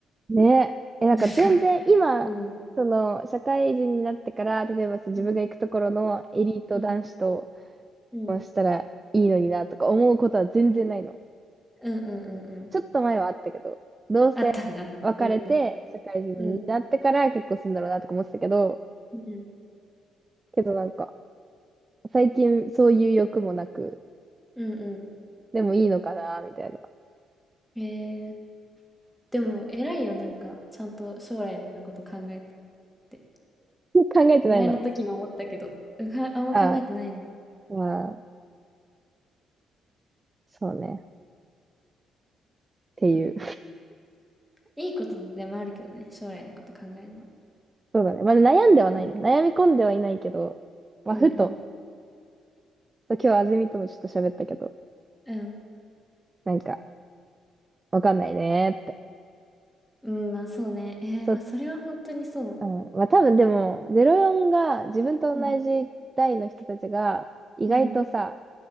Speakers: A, on the right; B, in the centre.
A: ね。え、なんか全然今、
B: なんか、うん。
A: その、社会人になってから、例えばそう自分が行くところのエリート男子と
B: うんうん、うん。
A: こうしたらいいのになとか思うことは全然ないの。
B: うんうんうんうん。
A: ちょっと前はあったけど、同棲別れて、
B: あったんだ。うん。
A: 社会人になってから結婚するんだろうなとか思ってたけど、
B: うん。うん。
A: けどなんか、最近そういう欲もなく、
B: うんう
A: でもいいのかなみたいな。<laughs>
B: ん。へえ。でも偉いよ、なんか、ちゃんと将来のこと考えてて。
A: 考えてないの。
B: 前の時も思ったけど、うか、あんま考えてないね。
A: ああ、まあ、そうね。っていう。
B: いいことでもあるけどね、将来のこと考えるのは。
A: <laughs> そうだね。まあ、悩んではないね。
B: うん。
A: 悩み込んではいないけど、まあ、
B: うんうん。
A: ふと、そう今日あずみともちょっと喋ったけど、
B: うん。
A: なんか、わかんないねーって。
B: うん、まあそうね。えー、
A: そう、
B: まあそれは本当にそう。
A: うん。まあ、多分でも、04が自分と同じ代の人たちが、
B: うん。
A: 意外とさ、
B: うん。